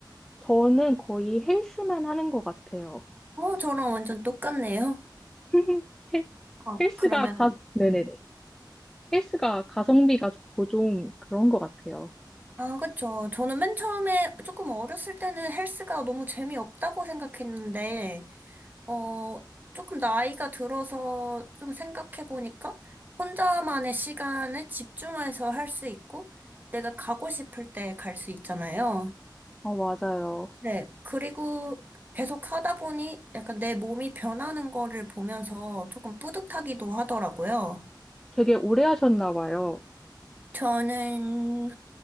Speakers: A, in the centre; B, on the right (about 25°).
A: 저는 거의 헬스만 하는 것 같아요.
B: 어, 저랑 완전 똑같네요.
A: <laughs> 헬-
B: 아,
A: 헬스가
B: 그러면은.
A: 가, 네네네.
B: 네.
A: 헬스가 가성비가 좋고 좀 그런 것 같아요.
B: 아, 그쵸. 저는 맨 처음에 조금 어렸을 때는 헬스가 너무 재미없다고 생각했는데, 어, 조금 나이가 들어서 좀 생각해보니까 혼자만의 시간에 집중해서 할 수 있고 내가 가고 싶을 때 갈 수 있잖아요.
A: 어, 맞아요.
B: 네. 그리고 계속 하다 보니 약간 내 몸이 변하는 거를 보면서 조금 뿌듯하기도 하더라고요.
A: 되게 오래 하셨나 봐요.
B: 저는